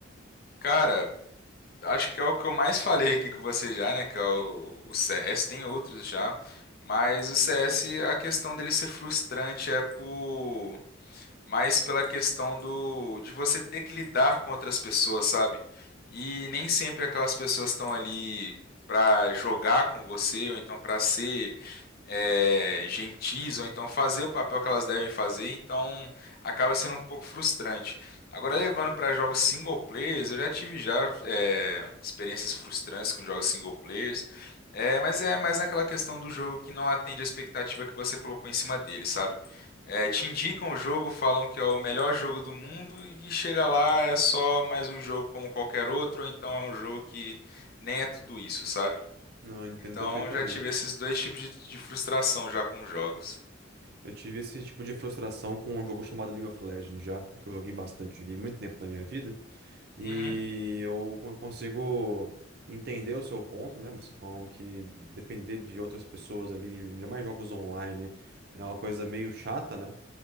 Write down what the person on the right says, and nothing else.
Não, eu entendo
perfeitamente.
Eu tive esse tipo de frustração com um jogo chamado League of Legends já, que eu joguei bastante, joguei muito tempo na minha vida. E
eu con- consigo entender o seu ponto, né? Você falando que depender de outras pessoas ali, ainda mais jogos online, é uma coisa meio chata, né?